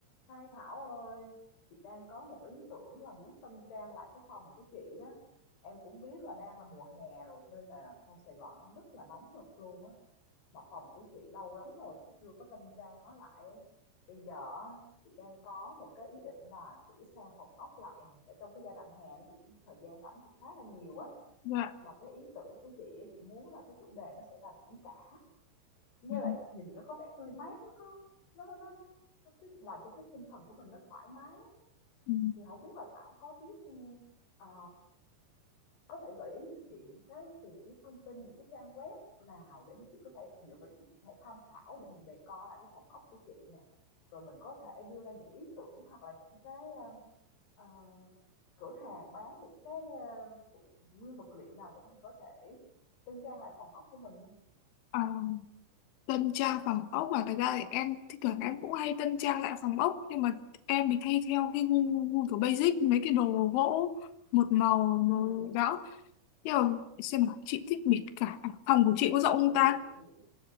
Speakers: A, on the left (about 60°); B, on the left (about 80°).
A: Hai Thảo ơi, chị đang có một ý tưởng là muốn tân trang lại cái phòng của chị á. Em cũng biết là đang là mùa hè rồi nên là trong Sài Gòn nó rất là nóng nực luôn á. Mà phòng của chị lâu lắm rồi chị chưa có tân trang nó lại. Bây giờ á, chị đang có một cái ý định là sửa sang phòng ốc lại này. Tại trong cái giai đoạn hè nó chị cũng thời gian rảnh cũng khá là nhiều á.
B: Dạ.
A: Mà cái ý tưởng của chị á, chị muốn là cái chủ đề nó sẽ là biển cả. Như
B: Ừ.
A: là nhìn nó có vẻ tươi mát, nó có nó nó nó nó cái làm cho cái tinh thần của mình nó thoải mái
B: Ừ.
A: thì không biết là Thảo có biết, ờ, có thể gợi ý cho chị những cái tìm kiếm thông tin, những cái trang web nào để chị có thể dựa vào đó chị có thể tham khảo để mình đề co lại cái phòng ốc của chị nè, rồi mình có thể đưa ra những ý tưởng hoặc là những cái, ơ, ờ, cửa hàng bán những cái, ơ, phụ nguyên vật liệu nào để mình có thể tân trang lại phòng ốc của mình không?
B: Ờ, tân trang phòng ốc và thật ra thì em thì thường
A: Ừ
B: em cũng hay tân trang lại phòng ốc nhưng mà em thì hay theo cái gu, gu kiểu basic mấy cái đồ gỗ một màu,
A: ừ
B: màu đó nhưng mà xem nào chị thích biệt cả à, phòng của chị có rộng
A: ừ
B: không ta
A: chị thích biển.